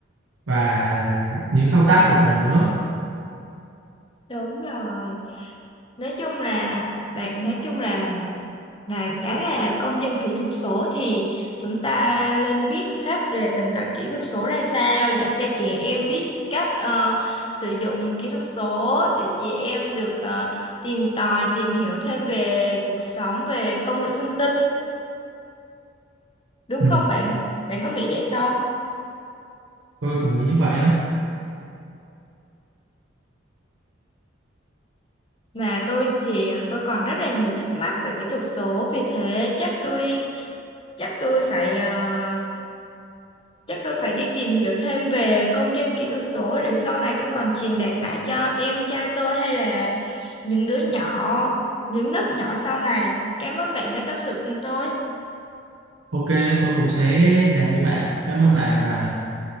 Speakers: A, on the right; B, on the left.
A: và những thao tác của mình nữa
B: đúng rồi nói chung là bạn nói chung là Là đã là công dân kỹ thuật số thì chúng ta nên biết hết về nền tảng kỹ thuật số ra sao, dạy cho trẻ em biết cách ờ, sử dụng kỹ thuật số để trẻ em được ờ, tìm tòi, tìm hiểu thêm về cuộc sống, về công nghệ thông tin, đúng
A: ừ.
B: không bạn? Bạn có nghĩ vậy không?
A: tôi cũng nghĩ như vậy á
B: Mà tôi thì ờ, tôi còn rất là nhiều thắc mắc về kỹ thuật số, vì thế chắc tôi chắc tôi phải ờ, Chắc tôi phải đi tìm hiểu thêm về công dân kỹ thuật số để sau này tôi còn truyền đạt lại cho em trai tôi hay là những đứa nhỏ, những lớp nhỏ sau này. Cảm ơn bạn đã tâm sự cùng tôi.
A: ok tôi cũng sẽ làm như bạn cảm ơn bạn và